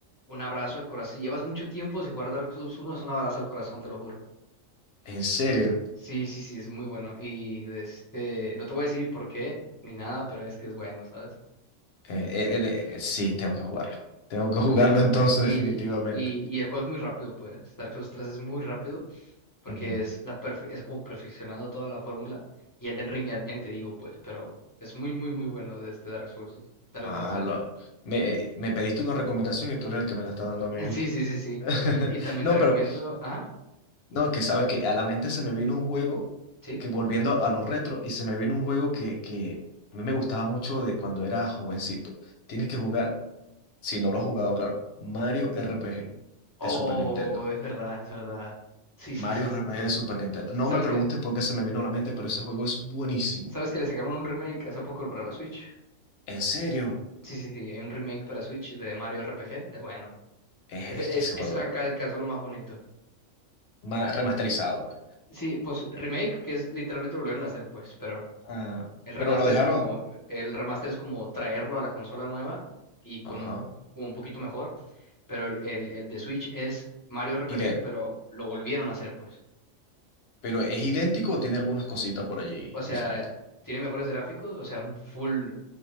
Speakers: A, on the left; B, on the left.
A: un abrazo al corazón. Si llevas mucho tiempo sin jugar Dark Souls uno es un abrazo al corazón, te lo juro.
B: En serio.
A: Sí, sí, sí, es muy bueno. Y este, no te voy a decir por qué ni nada, pero es que es bueno, ¿sabes?
B: Eh, eh, eh, eh, sí, tengo que jugarlo. Tengo que <laughs> jugarlo entonces
A: Y,
B: definitivamente.
A: y, y y el juego es muy rápido, pues. Dark Souls tres es muy rápido porque
B: Ujú.
A: es, la perfe- es como perfeccionando toda la fórmula. Y Elden Ring ya, ya ni te digo, pues, pero es muy, muy, muy bueno de este Dark Souls, Dark
B: Ah,
A: Souls tres
B: lo- me, eh, me pediste una recomendación y tú eres el que me la está dando
A: <laughs>
B: a mí, ¿viste?
A: Sí, sí, sí, sí.
B: <laughs>
A: Y, y también
B: No,
A: te recomiendo.
B: pero
A: Ajá,
B: No, que sabes que a la mente se me vino un juego
A: sí.
B: que volviendo a, a los retros y se me vino un juego que, que a mí me gustaba mucho de cuando era jovencito. Tienes que jugar, si no lo has jugado, claro, Mario RPG
A: Oh,
B: de Super Nintendo.
A: es verdad, es verdad. Sí, sí,
B: Mario
A: sí, sí,
B: RPG
A: sí.
B: de Super Nintendo. No
A: ¿Sabes
B: me preguntes
A: que,
B: por qué se me vino a la mente, pero ese juego es buenísimo.
A: sabes que le sacaron un remake hace poco para la Switch?
B: ¿En serio?
A: Sí, sí, sí. Hay un remake para Switch de Mario RPG. Es bueno.
B: Es,
A: Es,
B: es
A: es,
B: que ese juego
A: es una
B: era
A: calca, solo más bonito.
B: ma- remasterizado, pues.
A: Sí, pues remake, que es literalmente lo volvieron a hacer, pues, pero
B: Ah,
A: el remaster
B: pero lo dejaron,
A: es como, el remaster es como traerlo a la consola nueva y con
B: ajá,
A: un, un poquito mejor, pero el, el, el de Switch es Mario RPG,
B: idéntico.
A: pero lo volvieron a hacer, pues.
B: Pero es idéntico o tiene algunas cositas por allí
A: O sea,
B: diferentes.
A: tiene mejores gráficos, o sea, full,